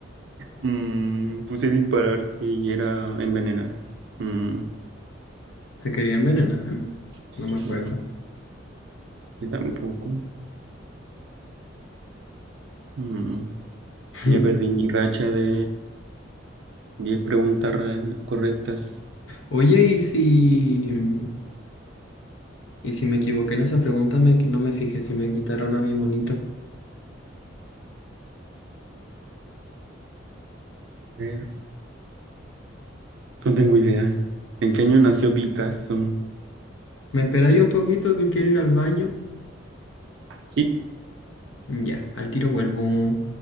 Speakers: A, on the right; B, on the left.
A: Mm, puse dispararse y era envenenarse. Mm,
B: Se querían envenenar, ¿eh?
A: sí,
B: No me acuerdo.
A: yo tampoco. Mm,
B: <laughs>
A: ya perdí mi racha de 10 preguntas re- correctas.
B: Oye, ¿y si, y si me equivoqué en esa pregunta? Me, no me fijé si me quitaron a mi monito.
A: A ver, No tengo idea. ¿En qué año nació Picasso?
B: ¿Me esperáis un poquito que quiero ir al baño?
A: Sí,
B: Ya, al tiro vuelvo.